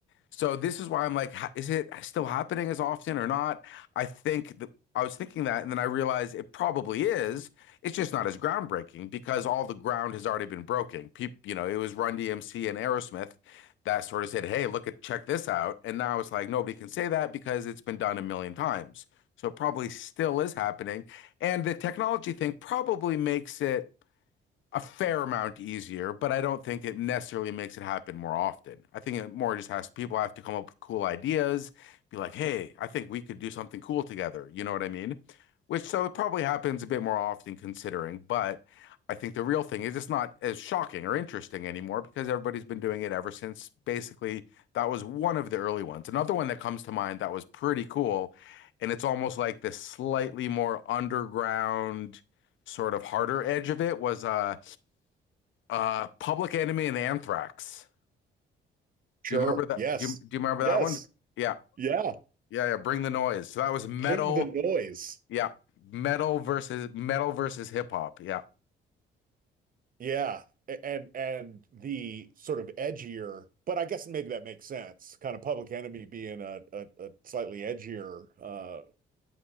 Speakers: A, on the left (about 75°); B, on the right (about 45°).
A: so this is why I'm like, ha- is it still happening as often or not? I think that I was thinking that, and then I realized it probably is. It's just not as groundbreaking because all the ground has already been broken. People, you know, it was Run DMC and Aerosmith that sort of said, "Hey, look at check this out," and now it's like nobody can say that because it's been done a million times. So it probably still is happening, and the technology thing probably makes it a fair amount easier, but I don't think it necessarily makes it happen more often. I think it more just has people have to come up with cool ideas, be like, hey, I think we could do something cool together. You know what I mean? Which so it probably happens a bit more often considering, but I think the real thing is it's not as shocking or interesting anymore because everybody's been doing it ever since basically that was one of the early ones. Another one that comes to mind that was pretty cool, and it's almost like this slightly more underground sort of harder edge of it was uh uh Public Enemy and Anthrax.
B: Sure.
A: Do you remember that?
B: Yes.
A: Do you, do you remember
B: Yes.
A: that one? Yeah.
B: Yeah.
A: Yeah, yeah, Bring the Noise. So that was metal,
B: Thing the noise.
A: yeah. Metal versus metal versus hip hop. Yeah.
B: Yeah. A- And and the sort of edgier, but I guess maybe that makes sense. Kind of Public Enemy being a a, a slightly edgier uh